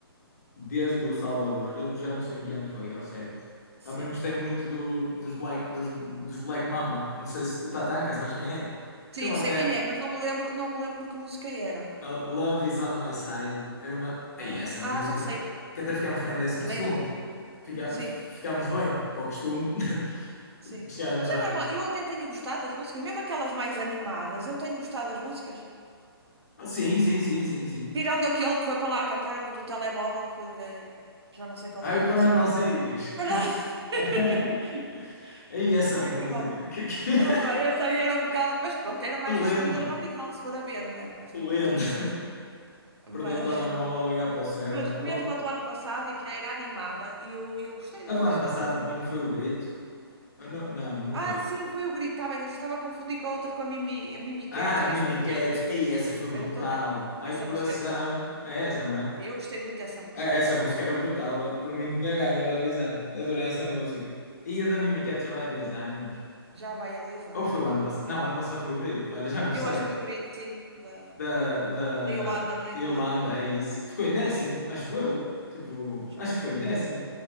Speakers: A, on the left; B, on the right.
A: desde o Salvador, eu já não sei em que ano foi, ao certo.
B: Sim.
A: Também gostei muito do- dos, Black, dos, dos Black Mamba. Não sei se o Tatanka, sabes quem é?
B: Sim,
A: Que ele até,
B: sei quem é, mas não me lembro, não me lembro que música era.
A: Uh, Love is on my side. Era uma. Ei,
B: Ah,
A: essa música
B: ah, já sei.
A: tá- que até ficámos bem em décimo
B: Também
A: segundo.
B: era boa.
A: Fica-
B: Sim,
A: f- Ficámos bem, para o costume, <laughs>
B: sim.
A: chegámos
B: Mas
A: à
B: é
A: fim.
B: normal. Eu até tenho gostado das músicas, mesmo aquelas mais animadas, eu tenho gostado das músicas.
A: Ah, sim, sim, sim, sim, sim.
B: Tirando aquele que foi para lá cantar do telemóvel, que eh, já não sei qual
A: Ai,
B: era
A: o
B: a
A: Conan
B: música.
A: Osiris.
B: Mas não- <laughs>
A: <laughs> Ei, essa
B: Que
A: música.
B: que não.
A: Que, que, <laughs>
B: Opa, essa aí era um bocado. Mas pronto, era mais
A: que
B: o estilo
A: lenda,
B: da Eurovisão, se for a ver, não é? Mas
A: que
B: não,
A: lenda.
B: não teve sucesso. Mas,
A: Perdeu o telemóvel a ligar para o céu.
B: <laughs> mas
A: Oh.
B: mesmo a do ano passado, e que era animada, e eu, eu gostei da
A: A do
B: música.
A: ano passado não foi o grito? Ah, Não, não, não
B: Ah,
A: foi.
B: sim, foi o grito, está bem, eu já estava a confundir com a outra, com a Mimi, a Mimi
A: Ah,
B: Cat, que
A: Mimi
B: essa foi
A: Cat.
B: antes.
A: Ei, essa foi brutal.
B: Era toda.
A: Ai,
B: Essa
A: coração.
B: música era espetacular. Sim,
A: É essa, não é?
B: Eu gostei muito dessa música.
A: Ah, Essa música era brutal. Por mim tinha ganho a Eurovisão. Adorei essa música. E
B: Sim,
A: a da Mimi Cat já vai há dois anos.
B: já vai há dois anos,
A: Ou foi
B: é
A: o
B: verdade.
A: ano passado? Não, o ano passado foi o Grito. Olha, já não sei.
B: Eu acho que foi o grito, sim, da,
A: Da, da
B: da Yolanda, não é?
A: Yolanda,
B: Yolanda.
A: é isso. Ficou em décimo,
B: Sim,
A: acho eu. Tipo,
B: eu já
A: acho
B: não
A: que
B: me
A: foi
B: lembro.
A: em décimo.